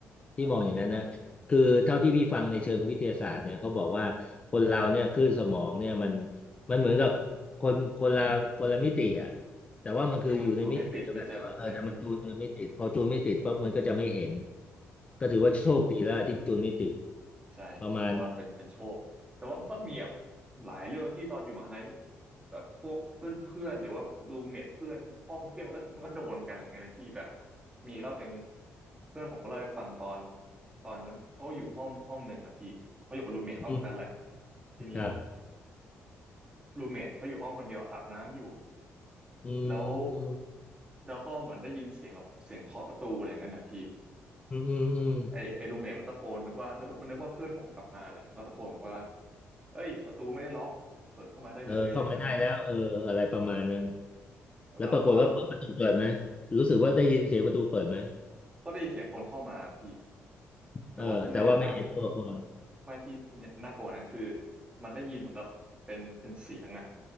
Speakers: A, on the left; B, on the right.
A: พี่มองอย่างนั้นนะคือเท่าที่พี่ฟังในเชิงวิทยาศาสตร์เนี่ยเขาบอกว่าคนเราเนี่ยคลื่นสมองเนี่ยมัน
B: ครับผม
A: มันเหมือนกับคนคนละคนละมิติอ่ะแต่ว่ามันคืออยู่ในมิติเดียวกันแต่ว่าเออถ้ามันจูนกันไม่ติดพอจูนไม่ติดปุ๊บมันก็จะไม่เห็น
B: จูนจูนไม่ติดไม่เจอใช่ไหมพี่
A: ก็ถือว่าโชคดีแล้วที่จูนไม่ติด
B: ใช่พี่ผมว่าเป็นเป็นโชคแต่ว่ามันก็มีแบบ
A: ประมาณ
B: หลายเรื่องที่ตอนอยู่มหาลัยนี่แบบพวกเพื่อนเพื่อนหรือว่ารูมเมทเพื่อนห้องเพื่อนมันก็มันก็โดนกันอะไรเงี้ยนะพี่แบบมีรอบหนึ่งเพื่อนผมก็เล่าให้ฟังตอนตอนนั้นเขาอยู่ห้องห้องหนึ่งอ่ะพี่เขาอยู่กับรูมเมทเข้ามากันแหละ
A: อืม
B: ทีนี้
A: ครับ
B: รูมเมทเขาอยู่ห้องคนเดียวอาบน้ำอยู่
A: อืมอืม
B: แล้วแล้วก็เหมือนได้ยินเสียงแบบเสียงเคาะประตูอะไรเงี้ยนะพี่
A: อืมอืมอืม
B: ไอไอรูเมทมันตะโกนนึกว่านึกว่ามันนึกว่าเพื่อนผมกลับมาแหละมันก็ตะโกนบอกว่า เอ้ยประตูไม่ได้ล็อกเปิดเข้ามาได้เลยอะไรอย่างนั้น
A: เออเข้ามาได้แล้วเอออะไรประมาณนั้น แล้วปรากฏว่าประตูเปิดไหม
B: เราก็
A: รู้สึกว่าได้ยินเสียงประตูเปิดไหม
B: ก็ได้ยินเสียงคนเข้ามาพี่แต่ว่าที่น่าน่ากลัว
A: เออแต่ว่าไม่เห็นตัวคน
B: ไม่พี่มันมันน่ากลัวกว่านั้นคือมันได้ยินเหมือนกับเป็นเป็นเสียงอ่ะ